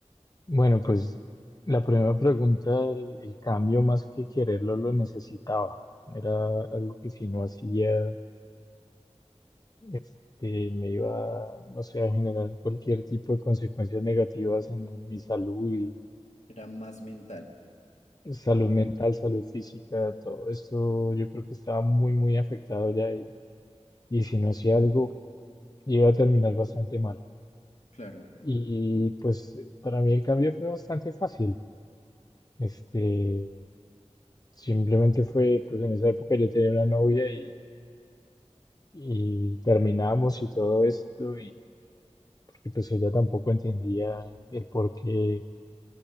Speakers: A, on the left; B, on the left.
A: Bueno, pues la primera pregunta, el, el cambio más que quererlo lo necesitaba. Era algo que si no hacía, este, me iba, no sé, a generar cualquier tipo de consecuencias negativas en mi salud y
B: Era más mental,
A: salud mental, salud física, todo esto yo creo que estaba muy, muy afectado ya y, y si no hacía algo Iba a terminar bastante mal.
B: claro,
A: Y pues para mí el cambio fue bastante fácil. Este, simplemente fue, pues en esa época yo tenía una novia y, y terminamos y todo esto, y porque pues ella tampoco entendía el por qué